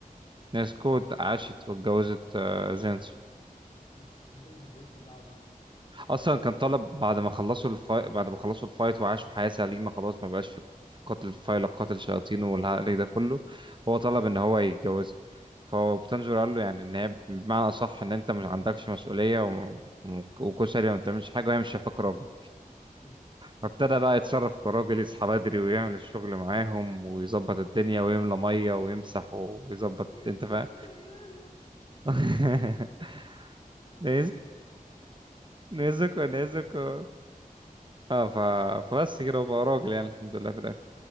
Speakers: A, on the right (about 35°); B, on the left (about 35°).
A: ناسكو عاشت واتجوزت آه، جينز
B: <laughs> زينس ده عبيط
A: اصلا كان طلب بعد ما خلصوا الفايت بعد ما خلصوا الفايت وعاشوا حياة سليمة خلاص ما بقاش في في قتل فايلة قتل شياطين والهري ده كله هو طلب ان هو يتجوز فهو بتنجر قال له يعني ان هي بمعنى اصح ان انت مش عندكش مسؤولية و- و- وكشري ما بتعملش حاجة وهي مش شايفاك راجل
B: <laughs>
A: فابتدى بقى يتصرف كراجل يصحى بدري ويعمل الشغل معاهم ويظبط الدنيا ويملى مية ويمسح ويظبط
B: ناسكو
A: انت فاهم
B: تشارارا.
A: <laughs> ده نيزوكو نيزوكو اه ف... فبس كده وبقى راجل يعني الحمد لله في الاخر